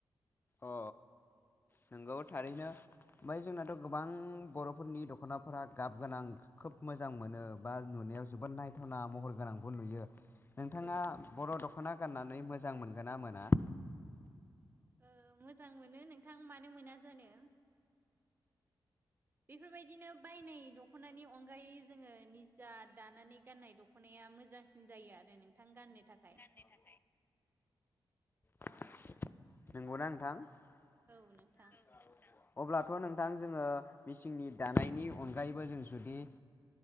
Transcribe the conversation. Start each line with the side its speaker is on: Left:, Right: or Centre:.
Left: अ नोंगौ
Right: औ
Left: थारैनो। ओमफ्राय जोंनाथ' गोबां बर'फोरनि दख'नाफोरा गाब गोनां खोब मोजां मोनो बा नुनायाव जोबोद नायथावना महर गोनांबो नुयो। नोंथाङा
Right: औ
Left: बर' दख'ना गाननानै मोजां मोनगोन ना मोना।
Right: ओ मोजां मोनो नोंथां मानो मोना जानो। बेफोरबायदिनो बायनाय दख'नानि अनगायै जोङो निजा दानानै गाननाय दख'नाया मोजांसिन जायो आरो नोंथां गाननो थाखाय।
Left: गाननो थाखाय नोंगौना नोंथां। <unintelligible>
Right: औ नोंथां
Left: अब्लाथ' नोंथां जोङो मेचिननि दानायनि अनगायैबो जों जुदि